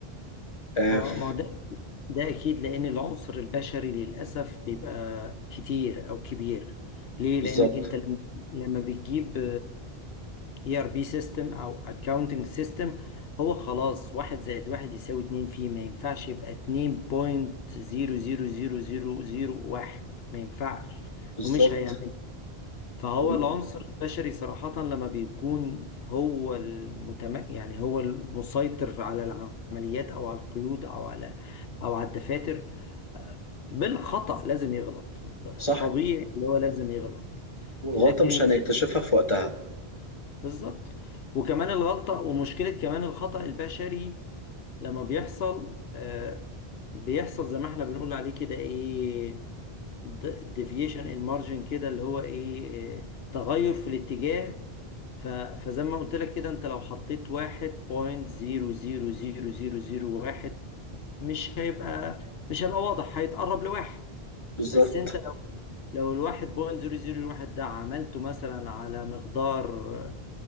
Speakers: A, on the left; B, on the left.
A: آه،
B: ما
A: ف-
B: ما ده ده اكيد لان العنصر البشري للاسف بيبقى كتير او كبير ليه
A: بالظبط
B: لانك انت لما لما بتجيب اي ار بي سيستم او اكاونتنج سيستم هو خلاص واحد زائد واحد يساوي اتنين فيه ما ينفعش يبقى اتنين بوينت زيرو زيرو زيرو زيرو زيرو واحد ما ينفعش
A: بالظبط
B: ومش هيعمل فهو
A: وال-
B: العنصر البشري صراحة لما بيكون هو المتم... يعني هو المسيطر على العمليات أو على القيود أو على أو على الدفاتر آه، بالخطأ لازم يغلط
A: صح
B: طبيعي اللي هو لازم يغلط
A: والغلطة
B: لكن
A: مش هنكتشفها
B: الس-
A: في وقتها
B: <laughs> بالظبط وكمان الغلطة ومشكلة كمان الخطأ البشري لما بيحصل آه، بيحصل زي ما احنا بنقول عليه كده ايه ديفيشن ان مارجن كده اللي هو ايه إيه، تغير في الاتجاه ف- فزي ما قلت لك كده انت لو حطيت واحد بوينت زيرو زيرو زيرو زيرو زيرو واحد مش هيبقى مش هيبقى واضح هيتقرب لواحد
A: بالظبط
B: بس انت لو لو الواحد بوينت زيرو زيرو واحد ده عملته مثلا على مقدار